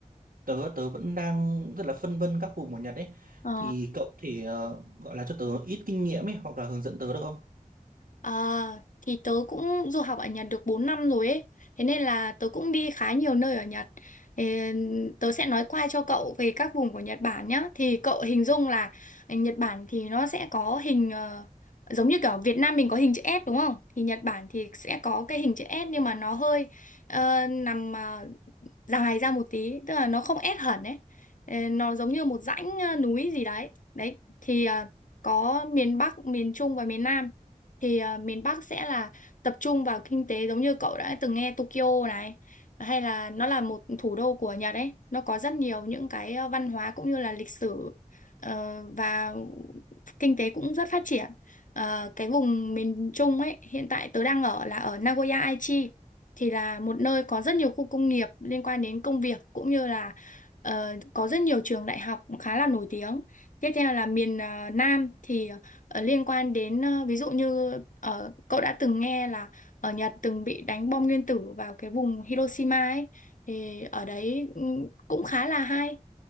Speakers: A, on the right; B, on the left.
A: Tớ tớ vẫn đang rất là phân vân các vùng ở Nhật ấy.
B: Ờ,
A: Thì cậu có thể ờ, gọi là cho tớ ít kinh nghiệm ấy hoặc là hướng dẫn tớ được không?
B: à, thì tớ cũng du học ở Nhật được 4 năm rồi ấy. Thế nên là tớ cũng đi khá nhiều nơi ở Nhật. Ê, tớ sẽ nói qua cho cậu về các vùng của Nhật Bản nhá. Thì cậu hình dung là Nhật Bản thì nó sẽ có hình ờ, giống như kiểu Việt Nam mình có hình chữ S đúng không? Thì Nhật Bản thì sẽ có cái hình chữ S nhưng mà nó hơi ờ, nằm ờ, dài ra một tí tức là nó không ép hẳn ấy Ờ, nó giống như một dãnh ờ, núi gì đấy đấy thì ờ, có miền Bắc miền Trung và miền Nam thì ờ, miền Bắc sẽ là tập trung vào kinh tế giống như cậu đã từng nghe Tokyo này hay là nó là một thủ đô của Nhật ấy nó có rất nhiều những cái ờ, văn hóa cũng như là lịch sử ờ, và kinh tế cũng rất phát triển Ờ, cái vùng miền Trung ấy hiện tại tớ đang ở là ở Nagoya Aichi thì là một nơi có rất nhiều khu công nghiệp liên quan đến công việc cũng như là ờ, có rất nhiều trường đại học khá là nổi tiếng. Tiếp theo là miền ờ, Nam thì ờ, liên quan đến ờ, ví dụ như ờ, cậu đã từng nghe là ở Nhật từng bị đánh bom nguyên tử vào cái vùng Hiroshima ấy thì ở đấy ừ, cũng khá là hay.